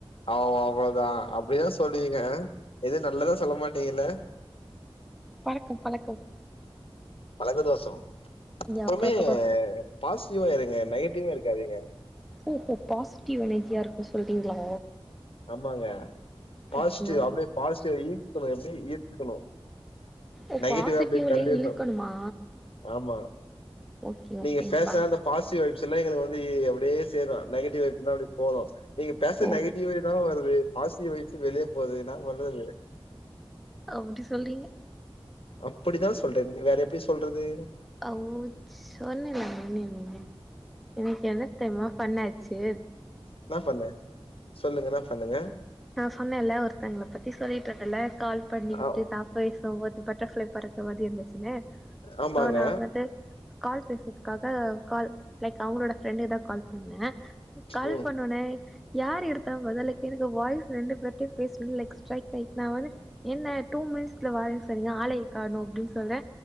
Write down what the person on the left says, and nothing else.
அவ் அவ் அவ்ளோதா அப்டியே சொல்லுவீங்க எது நல்லதா சொல்ல மாட்டீங்கில்ல
பழக்க தோசோ எப்பவுமே
பாசிட்டிவா இருங்க நெகட்டிவ்வா இருக்காதீங்க
ஆமாங்க பாசிட்டிவ்
அப்டியே பாசிட்டிவ் ஈர்க்கணு எப்டி ஈர்க்கணு
நெகட்டிவ்
அப்டே தள்ளிடணு
ஆமா
நீங்க
பேச அந்த பாசிவ் வைப்ஸ் எங்களுக்கு வந்து அப்படியேணும் சேரும் நெகிடிவ் போனும் நீங்க பேச
நெக டிவ் வை தா வருது பாசிடிவ் வயசு வெளியே போகுது என்னா பண்றது
அப்படிதா சொல்றேன் வேற எப்டி சொல்றது
இன்ன பண்ண சொல்லுங்க இன்ன பண்ணங்க
ஆ
ஆமாங்க
ம்